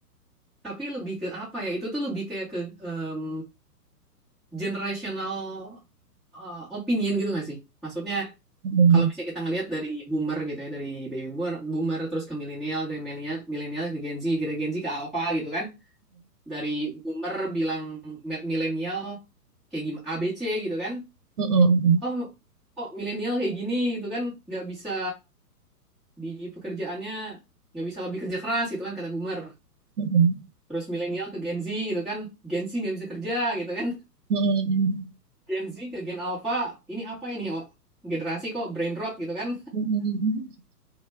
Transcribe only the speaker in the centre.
Tapi lebih ke apa ya? Itu tuh lebih kayak ke em, generational eh, opinion gitu nggak sih? Maksudnya
kalau misalnya kita ngelihat dari boomer gitu ya, dari baby boomer, boomer terus ke milenial, dari milenial milenial ke Gen Z, dari Gen Z ke alpha gitu kan. Dari boomer bilang mi- milenial kayak gimana A B C gitu kan.
Oh, kok milenial kayak gini gitu kan nggak bisa di pekerjaannya nggak bisa lebih kerja keras gitu kan kata boomer.
Terus milenial ke Gen Z gitu kan, Gen Z nggak bisa kerja gitu kan,
<laughs> Gen Z ke Gen Alpha ini apa ini oh, generasi kok brain rot gitu kan.